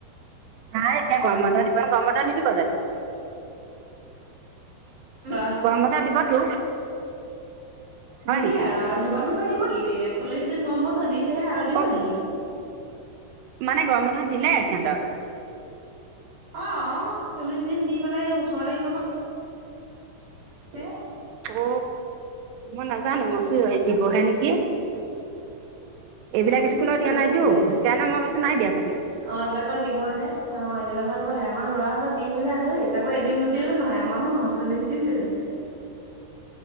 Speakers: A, on the right; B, on the right.
A: নাই এতিয়া গৰম বন্ধ দিব গৰম বন্ধ নিদিব জানো?
B: <unintelligible>
A: গৰম বন্ধ দিবতো হয়
B: নিদিয়ে
A: নেকি
B: আৰু আৰু দুবাৰ দুবাৰ দিব নেকি <unintelligible> চল্লিশ দিন গৰম বন্ধ দিছেহে আৰু দিব
A: অ
B: নেকি!
A: মানে গৰম বন্ধ <unintelligible>
B: অ। চল্লিশ দিন দি পেলাই সেই ওঠৰ তাৰিখৰ পৰা আছে
A: অ মই নাজানো মইছো হে দিবহে নেকি এইবিলাক
B: উম
A: স্কুলত
B: কেতিয়াবাতে
A: দিয়া নাইতো
B: দিলে
A: সেইকাৰণে মই ভাবিছো নাই দিয়া চাগে।
B: অ এইবিলাকৰ দিবহে অ এইবিলাকে আমাৰ ল'ৰাৰ হ দি মেলি আজৰি তাকৌ এদিন দুদিনো নহয় এমাহো নহয় চল্লিশ দিন, দিলে।